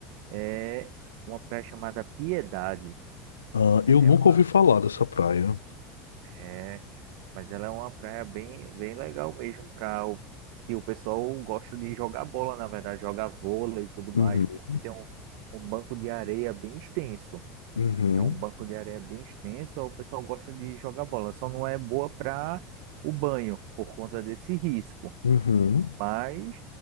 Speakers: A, on the right (about 60°); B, on the left (about 85°).
A: é uma praia chamada Piedade.
B: Ah, eu
A: É
B: nunca
A: uma,
B: ouvi falar dessa praia.
A: é Mas ela é uma praia bem, bem legal mesmo para o que o pessoal gosta de jogar bola, na verdade, jogar vôlei e tudo
B: Uhum.
A: mais, porque tem um, um banco de areia bem extenso.
B: Uhum.
A: É um banco de areia bem extenso, o pessoal gosta de jogar bola. Só não é boa para o banho, por conta desse risco.
B: Uhum.
A: Mas